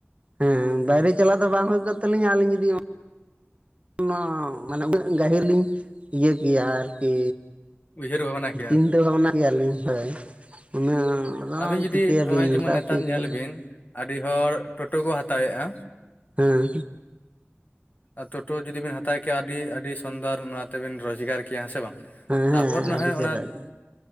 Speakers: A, on the right (about 30°); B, on the left (about 40°).
A: ᱦᱮᱸ ᱵᱟᱭᱨᱮ ᱪᱟᱞᱟᱣ ᱫᱚ ᱵᱟᱝ ᱦᱩᱭ ᱠᱚᱜ ᱛᱟᱹᱞᱤᱧᱟ ᱟᱹᱞᱤᱧ ᱡᱩᱫᱤ ᱚᱱᱟ ᱢᱟᱱᱮ ᱩᱱᱟᱹᱜ ᱜᱟᱹᱦᱤᱨ ᱞᱤᱧ ᱤᱭᱟᱹ ᱠᱮᱭᱟ ᱟᱨᱠᱤ
B: ᱩᱭᱦᱟᱹᱨ ᱵᱷᱟᱵᱽᱱᱟ ᱠᱮᱭᱟ
A: ᱪᱤᱱᱛᱟᱹ ᱵᱷᱟᱵᱽᱱᱟ ᱠᱮᱭᱟᱞᱤᱧ ᱦᱳᱭ᱾ ᱩᱱᱟᱹᱜ ᱟᱫᱚ
B: ᱟᱹᱵᱤᱱ ᱡᱩᱫᱤ
A: ᱪᱤᱠᱟᱹᱭᱟᱵᱤᱱ
B: ᱱᱚᱜᱼᱚᱭ ᱡᱮᱢᱚᱱ
A: ᱢᱮᱛᱟ
B: ᱱᱮᱛᱟᱨ
A: ᱠᱚ ᱠᱟᱱᱟᱞᱤᱧ
B: ᱧᱮᱞ ᱵᱤᱱ
A: <unintelligible>
B: ᱟᱹᱰᱤ ᱦᱚᱲ ᱴᱳᱴᱳ ᱠᱚ ᱦᱟᱛᱟᱣᱮᱜᱼᱟ᱾
A: ᱦᱮᱸ
B: ᱟᱨ ᱴᱳᱴᱳ ᱡᱩᱫᱤ ᱵᱮᱱ ᱦᱟᱛᱟᱭ, ᱟᱹᱰᱤ ᱟᱹᱰᱤ ᱥᱚᱱᱫᱚᱨ ᱱᱚᱣᱟ ᱛᱮᱵᱮᱱ ᱨᱳᱡᱽᱜᱟᱨ ᱠᱮᱭᱟ, ᱦᱮᱸ ᱥᱮ ᱵᱟᱝ?
A: ᱦᱮᱸ
B: ᱛᱟᱯᱚᱨ
A: ᱦᱮᱸ
B: ᱱᱟᱦᱚᱭ
A: ᱟᱹᱰᱤ ᱪᱮᱦᱨᱟ
B: ᱚᱱᱟ
A: ᱜᱮ